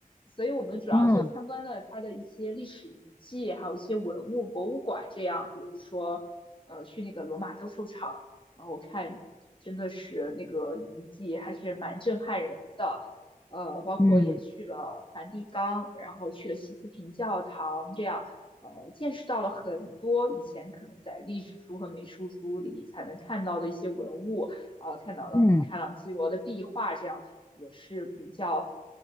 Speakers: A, on the left (about 35°); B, on the left (about 20°).
A: 所以我们主要就参观了它的一些历史遗迹，
B: 嗯
A: 还有一些文物博物馆，这样，比如说，呃，去那个罗马斗兽场，然后我看真的是那个遗迹还是蛮震撼人的，呃，包括也去了梵蒂冈，
B: 嗯
A: 然后去了西斯廷教堂，这样呃，见识到了很多以前可能在历史书和美术书里才能看到的一些文物，呃，看到了米开朗基罗的壁画，
B: 嗯
A: 这样也是比较